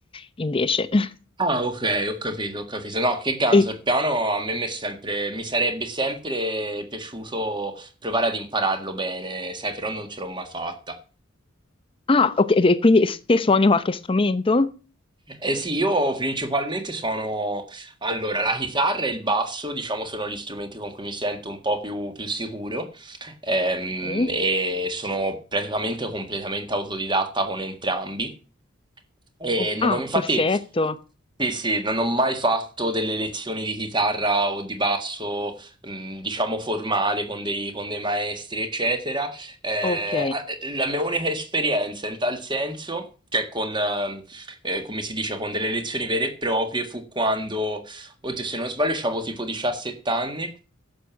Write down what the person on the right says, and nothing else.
Ah, ok, ho capito, ho capito. No, che ganzo,
il piano a me mi è sempre, mi sarebbe sempre piaciuto provare ad impararlo bene, sai, però non ce l'ho mai fatta.
Eh sì, io principalmente sono... Allora, la chitarra e il basso, diciamo, sono gli strumenti con cui mi sento un po' più, più sicuro ehm,
e sono praticamente completamente autodidatta con entrambi. E
non
ho, infatti,
sì, sì, non ho mai fatto delle lezioni di chitarra o di basso, mh, diciamo, formale con dei, con dei maestri, eccetera. Eh,
a- la mia unica esperienza in tal senso, cioè con, ehm, eh, come si dice, con delle lezioni vere e proprie, fu quando, oddio, se non sbaglio, avevo tipo 17 anni